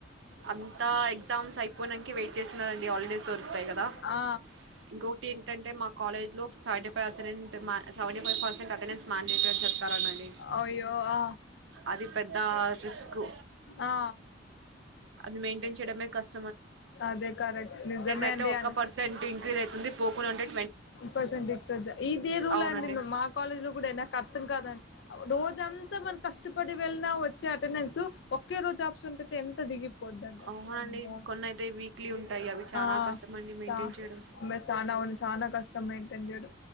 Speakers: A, on the right; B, on the left.
A: అంతా ఎగ్జామ్స్ అయిపోయినంకి వెయిట్ చేస్తున్నరండి హాలిడేస్ దొరుకుతాయి కదా
B: ఆ
A: ఇంకొ ఏంటంటే మా కాలేజ్ లో సాడ్డే పాసరిన్ మ సేవంటి ఫైవ్ పర్సెంట్ అతనే స్మాన్ ఇంట్రెస్ట్ చెప్తారనండి
B: అయ్యో ఆ
A: అది ఆ జస్కు
B: ఆ
A: అది మెయింటైన్ చేయడమే కష్
B: అదే కరెక్ట్ నిజమే
A: అయితే
B: అండి
A: ఒక్క
B: అన్
A: పర్సెంట్ ఇంక్రీజ్ అయితుంది. పోకుండా ఉంటే
B: పర్సె ఇదే రలా
A: అవునండి.
B: అండి మా కాలేజ్ లో కూడా అయినా కర్తంకాదండి రోజంతా మనం కష్టపడి వెళ్ళిన వచ్చే అటెండెన్స్ ఒక్కే రోజు ఆప్షన్ట్ అయితే ఎంత దిగి పోద్దండి అసలు
A: అవునండి.
B: అమ్మొ
A: కొన్నయితే వీక్లీ ఉంటాయి. అవి చానా
B: ఆ
A: కష్టమండి మెయింటైన్
B: చ
A: చేయడం.
B: మే సానఒన్ని సాన కష్టం మెయిన్ టెన్ చేయడం